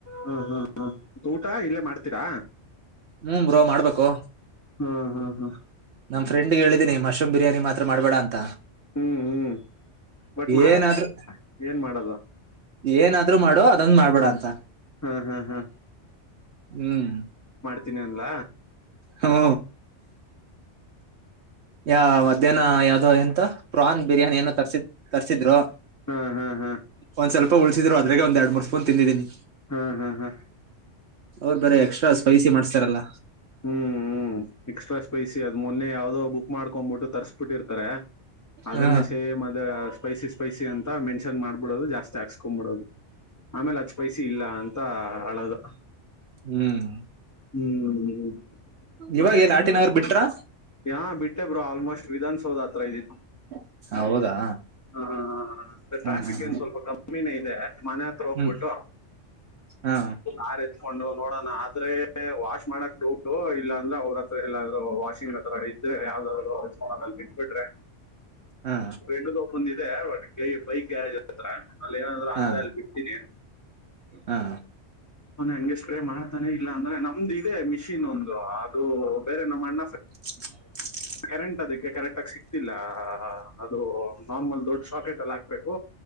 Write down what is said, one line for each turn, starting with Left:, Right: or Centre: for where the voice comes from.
Left: ಹ್ಮ ಹ್ಮ್ ಹ್ಮ್ ಊಟ ಇಲ್ಲೇ ಮಾಡ್ತೀರಾ
Right: ಹ್ಮ್ ಬ್ರೋ ಮಾಡ್ಬೇಕು.
Left: ಹ್ಮ್ ಹ್ಮ್ ಹ್ಮ್
Right: ನಮ್ಮ ಫ್ರೆಂಡ್ಗೆ ಹೇಳಿದೀನಿ ಮಶ್ರೂ್ ಬಿರಿಯಾನಿ ಮಾತ್ರ ಮಾಡಬೇಡ ಅಂತ.
Left: ಹ್ಮ್ ಹ್ಮ್ ಬಟ್ ಮಾಡೋದು
Right: ಏನಾದ್ರೂ.
Left: ಏನ್ ಮಾಡೋದು
Right: ಏನಾದ್ರು ಮಾಡು ಅದೊಂದು ಮಾಡ್ಬೇಡ
Left: ಹ್ಮ್
Right: ಅಂತ
Left: ಹ್ಮ್ ಹ್ಮ್ ಹ್ಮ್
Right: ಹ್ಮ್.
Left: ತಿನ್ನಲ್ಲ
Right: ಹ್ಮ ಯ ಮತ್ತ. ಇದೇನ ಯಾವುದೋ ಎಂತ ಪ್ರಾನ್ ಬಿರಿಯಾನಿನ ತರ್ಸಿದ ತರ್ಸಿದ್ರು.
Left: ಹ್ಮ್ ಹ್ಮ್ ಹ್ಮ್
Right: ಒಂದ್ ಸ್ವಲ್ಪ ಉಳಸಿದ್ರು ಅದ್ರೆ ಒಂದ್ ಎರಡ್ ಮೂರ್ ಸ್ಪೂನ್ ತಿಂದಿದ್ದೀನಿ.
Left: ಹಾ ಹಾ ಹಾ.
Right: ಅವ್ರ ಬರೇ ಎಕ್ಸ್ಟ್ರಾ ಸ್ಪೈಸಿ ಮಾಡ್ಸ್ತಾರಲ್ಲ.
Left: ಹ್ಮ್ ಹ್ಮ್ ಎಕ್ಸ್ಟ್ರಾ ಸ್ಪೈಸಿ ಅದ್ ಮೊನ್ನೆ ಯಾವ್ದೋ ಬುಕ್ ಮಾಡ್ಕೊಬಿಟ್ಟು ತರ್ಸ್ಬಿಟ್ಟಿರ್ತಾರೆ. ಅದನ್ನೇ
Right: ಹ
Left: ಸೇಮ್ ಅದ ಸ್ಪೈಸಿ ಸ್ಪೈಸಿ ಅಂತ ಮೆನ್ಷನ್ ಮಾಡ್ಬಿಡೋದು ಜಾಸ್ತಿ ಹಾಕ್ಸೋ ಬಿಡೋದು. ಆಮೇಲೆ ಅದ್ ಸ್ಪೈಸಿ ಇಲ್ಲ ಅಂತ ಅಳದು.
Right: ಹ್ಮ್
Left: ಹ್ಮ್
Right: ಇವಾಗ
Left: ಮತ್ತೆ
Right: ಎಲ್
Left: ಇನ್ನೊಂದ.
Right: ಆರ್ ಟಿ ನಗರ್ ಬಿಟ್ರಾ
Left: ಹಾ ಬಿಟ್ಟೆ ಬ್ರೋ ಆಲ್ಮೋಸ್ಟ್ ವಿಧಾನಸೌದ ಹತ್ರ ಇದಿನಿ
Right: ಹ ಹೌದಾ.
Left: ಹ ಹ ಹ ಟ್ರಾಫಿಕ್
Right: ಹಾ ಹಾ ಹಾ
Left: ಏನ್ ಸ್ವಲ್ಪ ಕಮ್ಮಿನೇ ಇದೆ ಮನೆ ಹತ್ರ ಹೋಗ್ಬಿಟ್ಟು.
Right: ಹ್ಮ್ ಹಾ
Left: ಆ ರ್ತ. <inaudible> ಕೊಂಡು ನೋಡೋಣ ಆದ್ರೆ ವಾಶ್ ಮಾಡಕ್ ದುಡ್ಡು ಇಲ್ಲ ಅಂದ್ರೆ ಅವ್ರ ಹತ್ರ ಎಲ್ಲಾದ್ರು ವಾಷಿಂಗ್. ತರ ಇದ್ರೆ ಯಾವ್ದಾದ್ರೂ ಹೆಡ್ಫೋನ್ ಆಗಲ್ಲಿ ಬಿಟ್ಬಿಟ್ರೆ
Right: ಹಾ
Left: ಟ್ರೆಂಡಪ್ಪಂದ. ಇದೆ ಒಂದು ಗ್ಯಾರೇಜ್ ಹತ್ರ ಅಲ್ಲಿ ಏನಾದ್ರರು
Right: ಹಾ
Left: ಆದ್ರೆ ಅಲ್ಲಿ ಬಿಡ್ತೀನಿ.
Right: ಹಾ.
Left: ಅವನ ಹಂಗೆ ಸ್ಪ್ರೇ ಮಾಡ್ತಾನೆ ಇಲ್ಲ ಅಂದ್ರೆ ನಮ್ದು ಇದೆ ಮಿಷಿನ್ ಒಂದು ಅದು ಬೇರೆ ನಮ್ಮ್ ಅಣ್ಣ.
Right: ಹ. <inaudible>
Left: ಕರೆಂಟ್ ಅದಕ್ಕೆ ಕರೆಟ್ ಆಗ ಸಿಕ್ತಿಲ್ಲ ಅದು ನಾರ್ಮಲ್ ದೊಡ್ಡ ಸಾಕೆಟ್ ಅಲ್ಲಿ ಹಾಕ್ಬೇಕು.